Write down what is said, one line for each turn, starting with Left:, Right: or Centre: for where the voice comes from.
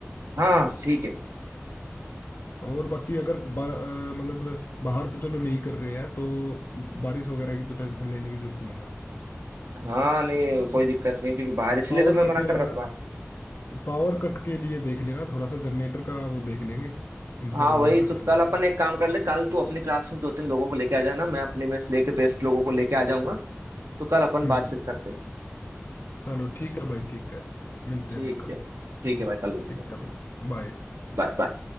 Right: हाँ ठीक है
Left: और बाकी अगर बा, अ, मतलब बाहर तो चलो नहीं कर रहे हैं तो बारिश वगैरह की तो टेंशन लेने की जरूरत नहीं है
Right: हाँ नहीं
Left: बाकी
Right: कोई दिक्कत नहीं क्योंकि बाहर इसलिए
Left: पावर
Right: तो मैं मना
Left: कट या
Right: कर रहा था बाहर
Left: पावर कट के लिए देख लेना थोड़ा सा जनरेटर का वो देख लेंगे इंतजाम
Right: हाँ
Left: वगैरह
Right: वही
Left: कर
Right: तो
Left: लेंगे
Right: कल अपन एक काम कर ले कल तू अपनी क्लास में दो तीन लोगों को लेके आ जाना मैं अपनी में से लेके बेस्ट लोगों को लेके आ जाऊंगा तो कल अपन
Left: हम्म
Right: बातचीत करते हैं
Left: चलो ठीक है भाई ठीक है मिलते
Right: ठीक
Left: हैं फिर कल
Right: है ठीक है भाई कल मिलते
Left: ठीक
Right: हैं
Left: है भाई बाय
Right: Bye bye